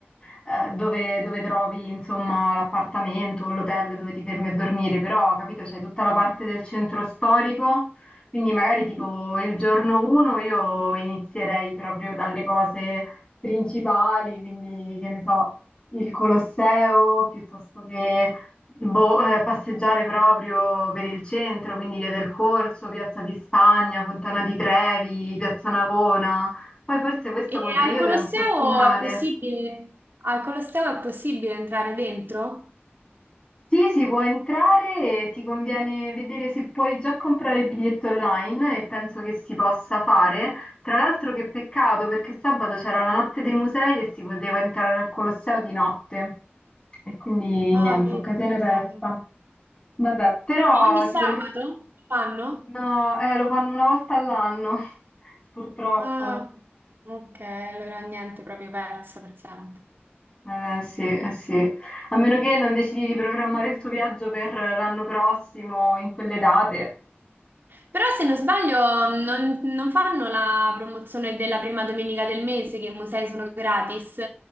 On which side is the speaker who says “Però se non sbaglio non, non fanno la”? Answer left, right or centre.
Right